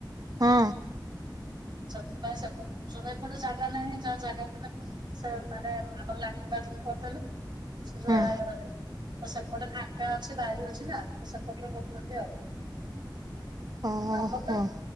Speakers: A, on the right; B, on the right.
A: ହଁ।
B: ସେଥିପାଇଁ ସେପଟରେ ଏପଟେ ଜାଗା ନାହିଁ ଯାହା ଜାଗା ଥିଲା ସେ ମାନେ ଆମ ଲାଟିନ ବାଥରୁମ୍ କରିଦେଲୁ
A: ହଁ
B: ତ ସେପଟେ ଫାଙ୍କା ଅଛି ବାରି ଅଛି ନା ତ ସେପଟରେ ରହୁଛନ୍ତି ଆଉ।
A: ଅଁ ଅଁ
B: ଆମର
A: ହଁ
B: ତ